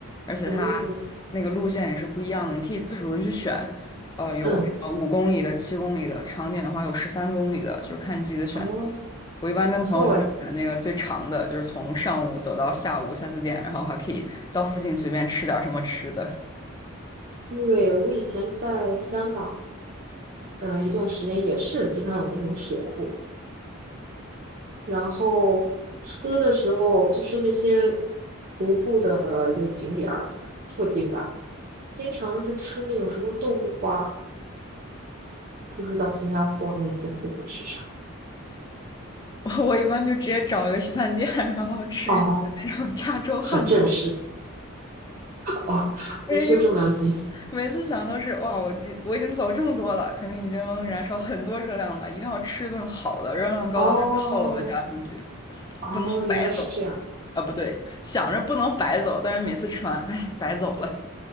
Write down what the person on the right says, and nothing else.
嗯
嗯，
哦，
还不错哎。
对，我以前在香港，呃，一段时间也是经常有那种水库，然后吃的时候就是那些徒步的这个景点儿附近吧，经常是吃那种什么豆腐花，不知道新加坡那些附近吃啥。
哦，很正式。哦，
你这个重量级。
<laughs> 哦哦，
原来是这样。